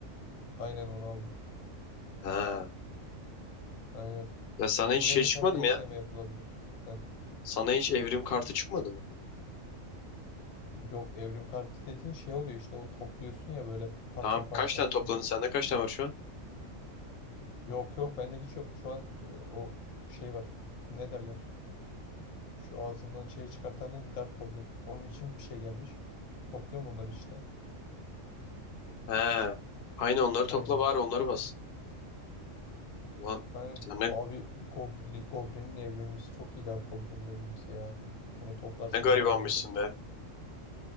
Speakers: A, on the left (about 75°); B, on the left (about 55°).
A: Aynen onu aldım.
B: Ha.
A: Aynen.
B: Ya sana
A: Ya
B: hiç
A: buraya
B: şey
A: mesela
B: çıkmadı
A: ne
B: mı
A: ekleme
B: ya?
A: yapılabilir? Heh.
B: Sana hiç evrim kartı çıkmadı mı?
A: Yok evrim kartı dediğin şey oluyor işte o topluyorsun ya böyle parça
B: Tamam.
A: parça.
B: Kaç tane topladın?
A: Bir,
B: Sende kaç tane var şu an?
A: Yok yok bende hiç yok. Şu an e, o şey var. Ne derler? Şu ağzından şey çıkartan ne? Dart Goblin. Onun için bir şey gelmiş. Topluyorum onları işte.
B: He. Aynı onları topla
A: Aynen.
B: bari onları bas. Ulan
A: Aynen.
B: sen ne,
A: Abi Goblin, Goblin'in evrimlisi çok iyi Dart Goblin'in evrimlisi ya. Onu toplarsam
B: ne garibanmışsın
A: bayağı iyi olur.
B: be.